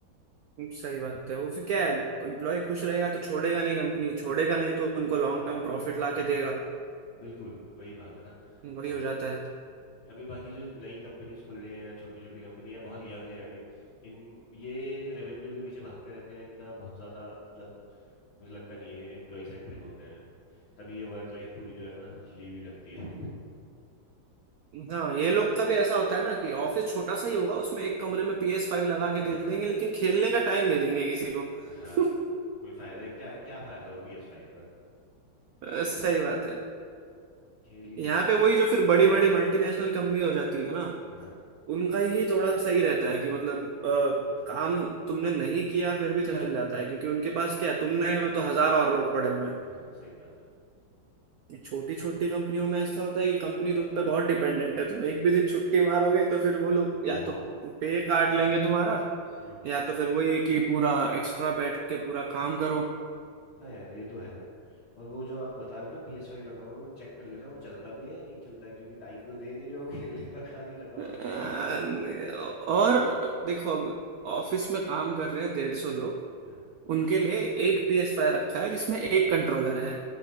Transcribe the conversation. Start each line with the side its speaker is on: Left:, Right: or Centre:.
Right: सही बात है वो फिर क्या है एम्प्लॉय खुश रहेगा तो छोड़ेगा नहीं कंपनी छोड़ेगा नहीं तो उनको लॉन्ग टर्म प्रॉफिट ला के देगा
Left: बिल्कुल वही बात है ना
Right: वही
Left: और
Right: हो जाता है
Left: हम्म, अभी बाकी जो नई कंपनीज खुल रही हैं या छोटी छोटी कंपनी है बहुत यंग है अभी इन ये रेवेन्यू के पीछे भागते रहते हैं इनका बहुत ज्यादा मतलब मुझे लगता नहीं है ये एम्प्लॉय सेंट्रिक होते हैं तभी ये वर्क लाइफ पूरी जो है ना हिली हुई लगती है
Right: हाँ ये लोग का भी ऐसा होता है ना कि ऑफिस छोटा सा ही होगा उसमें एक कमरे में पी एस फाइव लगा के दे देंगे लेकिन खेलने का टाइम नहीं देंगे किसी को
Left: <laughs> हाँ
Right: <laughs>
Left: कोई फायदा है क्या क्या फायदा हो पी एस फाइव का
Right: अ, सही बात है
Left: खेल ही नहीं
Right: यहाँ
Left: सकता
Right: पे वही जो फिर बड़ी बड़ी मल्टीनेशनल कंपनी हो जाती है ना
Left: हाँ
Right: उनका ही थोड़ा सही रहता है कि मतलब अ, काम तुमने नहीं किया फिर भी चल जाता है क्योंकि उनके पास क्या है तुम नहीं हो तो हजार और लोग पड़े हुए हैं
Left: हाँ सही बात है
Right: छोटी छोटी
Left: मैं-
Right: कंपनियों में ऐसा होता है कि कंपनी तुम पे बहुत डिपेंडेंट
Left: हम्म
Right: है तुम एक भी दिन छुट्टी मारोगे तो फिर वो लोग
Left: हम्म,
Right: या
Left: बहुत
Right: तो पे काट लेंगे तुम्हारा
Left: हम्म
Right: या तो फिर वही है कि पूरा एक्स्ट्रा बैठ के पूरा काम करो
Left: हाँ यार ये तो है और वो जो आप बता रहे हो ना पी एस फाइव रखा हुआ है वो चेक कर लेना वो चलता भी है या नहीं चलता है क्योंकि टाइम तो दे नहीं रहे हो खेलने का खाली रखा हो
Right: <laughs> और
Left: सकता है <laughs>
Right: देखो अब ऑफिस में काम कर रहे हैं डेढ़ सौ लोग
Left: हाँ
Right: उनके लिए एक PS5 फाइव रखा है जिसमें एक कंट्रोलर है